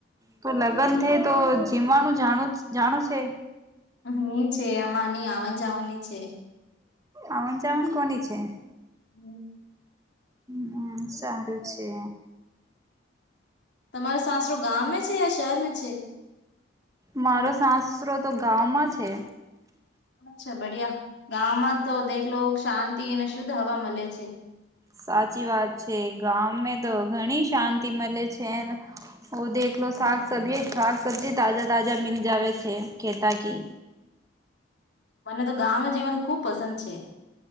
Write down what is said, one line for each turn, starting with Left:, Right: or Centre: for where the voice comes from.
Right: તો લગન થઈ તો જીમવાનું જાણ જાણું છે.
Left: ની છે આમાં ની આવન જાવનની છે.
Right: આવન જાવન કોની છે
Left: <inaudible>
Right: હમ સારું છે.
Left: તમારો સાસરો ગામે છે યા શહેર મે છે.
Right: મારો સાસરો તો ગામંમાં છે.
Left: અચ્છા બઢિયા ગામમાં તો દેખલો શાંતિ અને શુદ્ધ હવા મલે છે.
Right: સાચી વાત છે ગાં મે તો ઘણી શાંતિ મલે છેને ઓ દેખલો શાક સબજી શાક સબ્જી તાજા તાજા મિ લ જાવ છે કેતાકી
Left: મને તો ગાવનું જીવન ખુબ પસંદ છે.